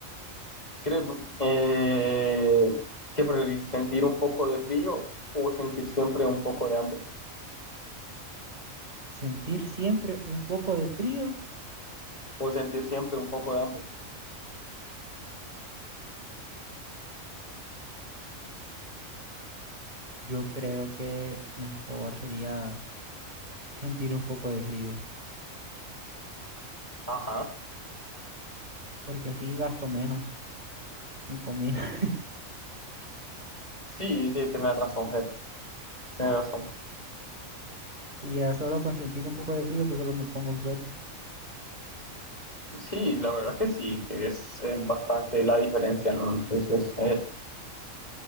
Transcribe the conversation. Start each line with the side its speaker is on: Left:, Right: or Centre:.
Left: creo eh, que priorizar sentir un poco de frío o sentir siempre un poco de hambre,
Right: ¿Sentir siempre un poco de frío?
Left: o sentir siempre un poco de hambre.
Right: Yo creo que mejor sería sentir un poco de frío,
Left: Ajá,
Right: porque así gasto menos en comida. <laughs>
Left: sí, sí, tienes razón, Ger, tienes razón.
Right: Y ya solo con sentir un poco de frío, pues solo me pongo un suéter.
Left: Sí, la verdad que sí, es, eh, bastante la diferencia, ¿no? Entonces, eh,